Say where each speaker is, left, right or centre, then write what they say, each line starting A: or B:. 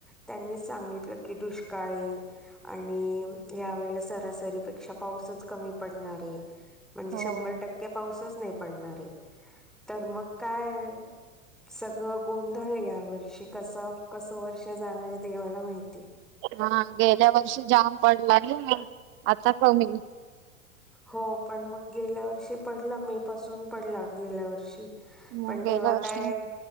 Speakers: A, in the centre; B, on the right (about 30°).
A: त्यांनी सांगितलं की दुष्काळी आणि यावेेळेला सरासरीपेक्षा पाऊसच कमी पडणार आहे म्हणजे
B: हो.
A: शंभर टक्के पाऊसच नाही पडणार आहे तर मग काय सगळं गोंधळ आहे या वर्षी कस कसं वर्ष जाणाऱ्या देवाला माहिती
B: हा गेल्या वर्षी जाम पडला ना आता कमी
A: हो पण मग गेल्या वर्षी पडला मे पासून पडला गेल्या वर्षी
B: मग
A: पण
B: गेल्या
A: तेव्हा
B: वर्षी
A: काय